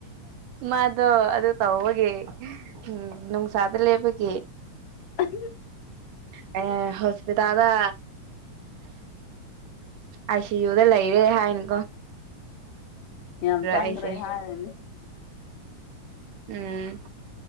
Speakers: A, on the right; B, on the left.
A: ꯃꯥꯗꯣ ꯑꯗꯨ ꯇꯧꯕꯒꯦ ꯎꯝ ꯅ ꯆꯠꯇ ꯂꯩꯦꯄꯒꯤ
B: ꯎ
A: ꯑ ꯍꯣꯁꯄꯤꯗꯗ ꯑꯁꯤ ꯌꯨꯗ ꯂꯩꯔꯦ ꯍꯥꯏꯅꯤ
B: ꯌꯥꯝ ꯆꯥꯡꯈ꯭ꯔꯦ
A: ꯑꯩꯁꯦ
B: ꯍꯥꯏꯔꯅꯤ
A: ꯎꯝ